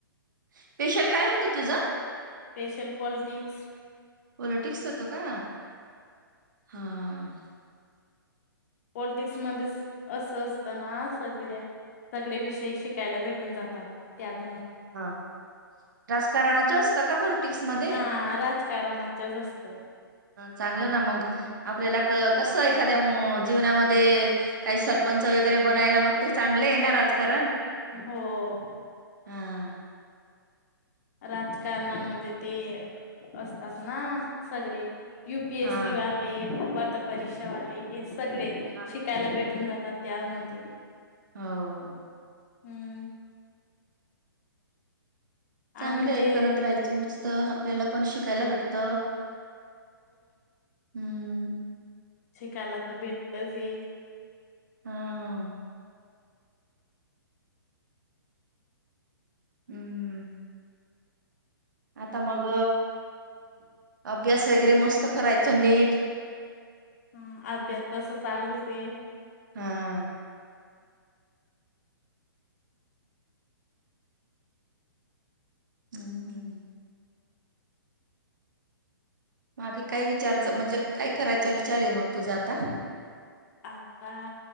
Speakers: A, on the right; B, on the left.
A: स्पेशल काय होतं तुझं?
B: स्पेशल पोल्टिक्स
A: पॉलिटिक्स त का? हा. <inaudible>
B: पॉलिटिक्स मध्येच असं असत ना सगळ्या सगळे विषय शिकायला भेटून जातात त्यात.
A: ह राजकारणाच असत का पॉलिटिक्स मध्ये?
B: हा राजकारणाच्याच असत
A: चांगलं ना मग आपल्याला कस एखाद्या मु जीवनामध्ये काही सरपंच वगैरे बनायला, मग ते चांगलं आहे ना राजकारण.
B: हो
A: हा.
B: राजकारणामध्ये ते, असतात ना सगळे. युपी एस
A: हा
B: सी वालेे, पात्र परीक्षावाले, हे सगडे
A: हा.
B: शिकायला भेट कून जातात त्यामध्ये,
A: हो.
B: हम्म.
A: चांगले
B: आणि
A: आहे,
B: जे
A: करत राहायचे मस्त आपल्याला पण शिकायला भेटत. हम्म.
B: शिकयला तर भेटतच ये,
A: हा. हम्मम आता मग, अभ्यास वगैरे मस्त करायचं नीट
B: हा अभ्यास तस चालूच हे.
A: हा. हम्म ह्. मागे काही विचार म्हणजे, काय करायचा विचार आहे मग तुझा आता.
B: आता